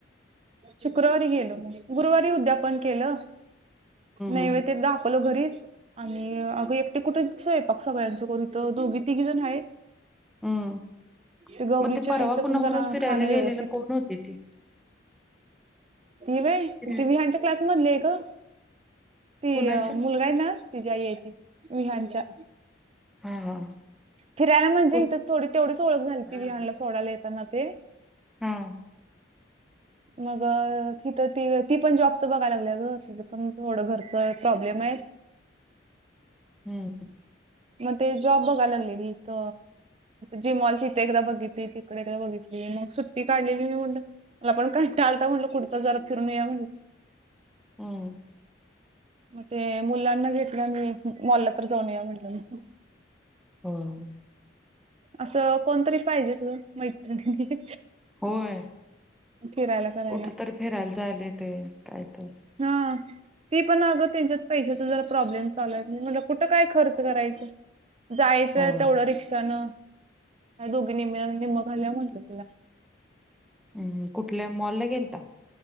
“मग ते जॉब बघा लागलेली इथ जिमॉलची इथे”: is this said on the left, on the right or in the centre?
Right